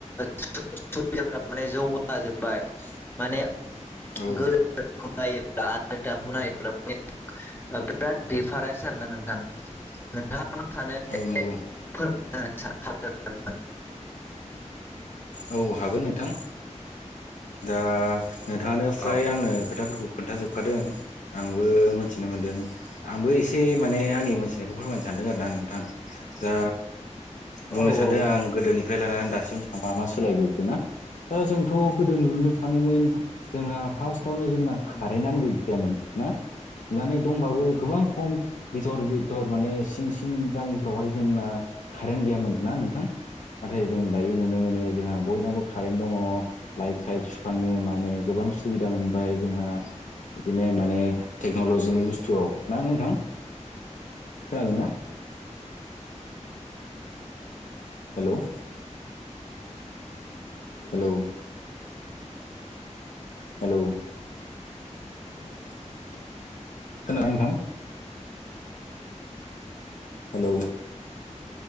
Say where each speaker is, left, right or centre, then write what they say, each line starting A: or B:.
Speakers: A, on the left; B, on the left.
A: सुबिदाफ माने जौगाजोब्बाय माने <inaudible>
B: औ
A: गो ख आदा ह <inaudible> बिराद दिडिफारेन्स आरोना नोंथां नोंथाङां सानो <inaudible>
B: औ नांगौ
A: फोरम हाग <inaudible>
B: औ हागोन नोंथां दा नोंथाङानो फ्राय
A: औ
B: आंनो खोथाफोरखौ खोन्थाजोबखादों आंबो मोनथिनो मोनदों आंबो एसे माने आंनि मोनथिनायखौ फोरमायनो सानदों आरोना नोंथां दा बुंनो
A: औ
B: सानदों
A: औ
B: आं गोदोनिफ्राय लानानै दासिम मा मा सोलायबोखोना दा जोंथ' गोदो नुनो थाङोमोन जोंहा फार्स्टावनो जोंना खारेन्टआनो गैखायामोन ना? माने दंबाबो गोबां खम बिथर बिथर माने सिं सिं गामिफ्रावहाय जोंना कारेन्ट गैयामोन ना नोंथां? नाथाय जों दायो नुनो मोनो जोंहा बयनावबो कारेन्ट दङ लाइट साइट सुखांनो मानो गोबां सुबिदा मोनबाय जोंहा बिदिनो माने टेक्न'लजिनि बुस्थुआव ना नोंथां खोनादोंनाा हेल' हेलौ हेलौ खोनादोंना नोंथां? Hello